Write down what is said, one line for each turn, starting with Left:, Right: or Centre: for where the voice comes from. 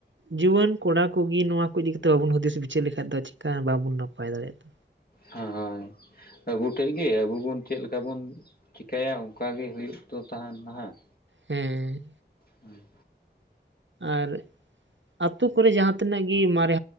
Right: ᱡᱩᱣᱟᱹᱱ ᱠᱚᱲᱟ ᱠᱚᱜᱮ ᱱᱚᱣᱟ ᱠᱚ ᱤᱫᱤ ᱠᱟᱛᱮᱫ ᱵᱟᱵᱚᱱ ᱦᱩᱫᱤᱥ ᱵᱤᱪᱟᱹᱨ ᱞᱮᱠᱷᱟᱡ ᱫᱚ ᱪᱮᱠᱟ ᱵᱟᱵᱚᱱ ᱱᱟᱯᱟᱭ ᱫᱟᱲᱮᱜᱼᱟ
Left: ᱦᱟᱸ ᱦᱳᱭ ᱟᱹᱵᱩ ᱴᱷᱮᱡ ᱜᱮ ᱟᱵᱚ ᱵᱚᱱ ᱪᱮᱫ ᱞᱮᱠᱟ ᱵᱚᱱ ᱪᱤᱠᱟᱹᱭᱟ ᱚᱱᱠᱟ ᱜᱮ ᱦᱩᱭᱩᱜ ᱫᱚ ᱛᱟᱦᱮᱱ ᱱᱟᱦᱜ
Right: ᱦᱮᱸ
Left: ᱦᱩᱸ
Right: ᱟᱨ ᱟᱹᱛᱳ ᱠᱚᱨᱮ ᱡᱟᱦᱟᱸ ᱛᱤᱱᱟᱹᱜ ᱜᱮ ᱢᱟᱨᱮ